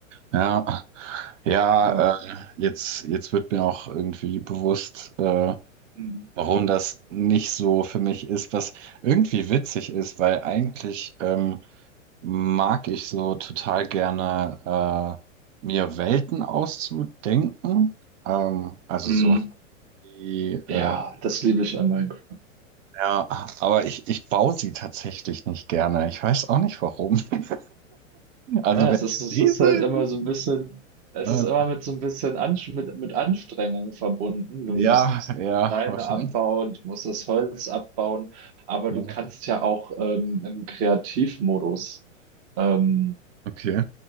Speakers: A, on the right; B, on the right.
A: Ja, ja,
B: Ja.
A: äh, jetzt, jetzt wird mir auch irgendwie bewusst, äh,
B: Mhm.
A: warum das nicht so für mich ist, was irgendwie witzig ist, weil eigentlich ähm, mag ich so total gerne äh, mir Welten auszudenken. Ähm, also
B: Mhm.
A: so die, äh,
B: Ja, das liebe ich an Minecraft.
A: ja, aber ich, ich baue sie tatsächlich nicht gerne. Ich weiß auch nicht warum. <laughs> Also
B: Ja,
A: wenn
B: es ist, es
A: ich Lese?
B: ist halt immer so ein bisschen, es
A: Äh,
B: ist immer mit so ein bisschen Ansch mit, mit Anstrengung verbunden. Du
A: ja,
B: musst
A: ja,
B: Steine
A: wahrscheinlich.
B: abbauen, du musst das Holz abbauen, aber
A: Ja.
B: du kannst ja auch ähm, im Kreativmodus, ähm,
A: Okay,